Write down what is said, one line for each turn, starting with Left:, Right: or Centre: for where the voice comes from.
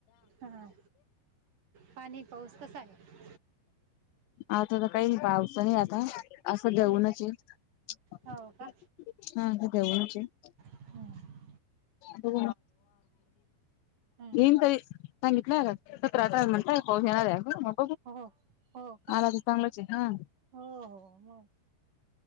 Right: हा पाणी पाऊस कसा आहे?
Left: आता तर काही पावत नाही आता असं
Right: हं
Left: ऊनची
Right: हं.
Left: आहे
Right: हो का?
Left: हा असं ऊनची आहे
Right: हं
Left: हो
Right: हं.
Left: येन तरी सांगितलंत आट म्हणटणार मला
Right: हो हो का?
Left: तर चांगलंच आहे हा
Right: हो हो मग